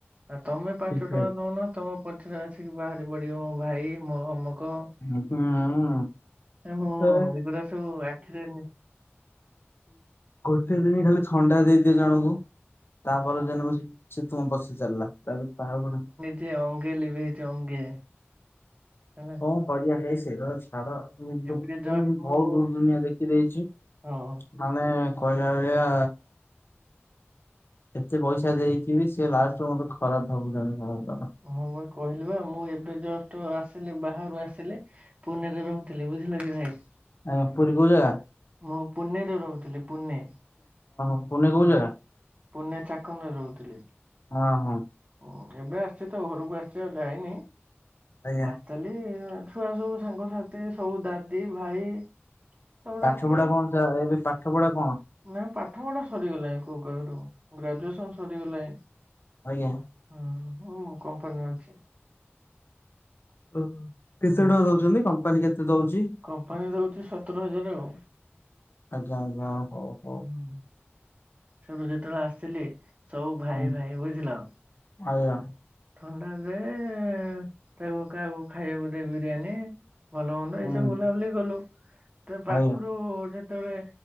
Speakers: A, on the right (about 35°); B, on the left (about 55°).
A: ଆ ତମେ ପାଞ୍ଚ
B: ଠିକ୍
A: ଟଙ୍କା ଦଉନ ତମ ପଛରେ ଆସିକି ବାହାରି ପଡିବେ ମୋ ଭାଇ ମୋ ଅମକ।
B: <unintelligible> କୋଉ
A: ଏ ମୁଁ ଏଗୁରା ସବୁ ଆଖିରେ ନି
B: ଗୋଟେ ଦିନ ଖାଲି ଥଣ୍ଡା ଦେଇଦିଅ ଜଣଙ୍କୁ। ତାପର ଦିନରୁ ସେ ସେ ତୁମ ପଛେ ଚାଲିଲା। ତାପରେ <unintelligible>
A: ଯେ ଅଙ୍ଗେ ଲିଭେଇଛି ଅଙ୍ଗେ ତମେ
B: କଣ କରିବା <unintelligible> ସାରା <unintelligible>
A: ଏବେ ଜଷ୍ଟ ମୁଁ
B: ଦୁନିଆ ଦେଖି ଦେଇଛି।
A: ହଁ
B: ମାନେ କହିଲା ଭଳିଆ ଏତେ ପଇସା ଦେଇକି ବି ସେ ଲାଷ୍ଟକୁ ମତେ ଖରାପ ଭାବୁଛନ୍ତି <unintelligible>
A: ହଁ ବା କହିଲି ବା ମୁଁ ଏବେ ଜଷ୍ଟ ଆସିଲି ବାହାରୁ ଆସିଲି ପୁନେରେ ରହୁଥିଲି ବୁଝିଲ କି ଭାଇ।
B: <unintelligible>
A: ମୁଁ ପୁନେରେ ରହୁଥିଲି ପୁନେ।
B: ପୁନେ? କୋଉ ଜାଗା?
A: ପୁନେ ଚାକନ୍ ରେ ରହୁଥିଲି।
B: ହଁ ହଁ
A: ଉଁ ଏବେ ଆସିଛି ତ ଘରକୁ ଆସିଛି ଆଉ ଯାଇନି।
B: ଆଜ୍ଞା।
A: ଆ ଲି ଛୁଆ ସବୁ ସାଙ୍ଗସାଥି ସବୁ ଦାଦି ଭାଇ। ସବୁ ଡାକିଲେ
B: ପାଠପଢା କଣ ଚା ଏବେ ପାଠପଢା କଣ?
A: ନାଇଁ ପାଠ ପଢ଼ା ସରିଗଲାଣି କଉ କାଳରୁ ଗ୍ରାଜୁଏସନ୍ ସରିଗଲାଣି।
B: ଆଜ୍ଞା।
A: ହୁଁ ମୁଁ କମ୍ପାନୀରେ ଅଛି।
B: ଓ କେତେ ଟଙ୍କା
A: ହଁ
B: ଦଉଛନ୍ତି କମ୍ପାନୀ କେତେ ଦଉଛି?
A: କମ୍ପାନୀ ଦଉଛି ସତର ହଜାର ଆଉ।
B: ଆଜ୍ଞା ଆଜ୍ଞା ହଉ ହଉ।
A: ହୁଁ। ସେଇଠୁ ଯେତବଳେ ଆସିଲି ସବୁ ଭାଇ
B: ହୁଁ
A: ଭାଇ ବୁଝିଲ?
B: ଆଜ୍ଞା
A: ଥଣ୍ଡା ଦେ ଏ ତାକୁ କାହାକୁ ଖାଇଆକୁ ଦେ ବିରିୟାନୀ। ଭଲ ମନ୍ଦ
B: ହୁଁ
A: ଏଇସବୁ ବୁଲାବୁଲି କଲୁ। ତ ପାଖୁରୁ
B: ଆଜ୍ଞା
A: ଯେତବଳେ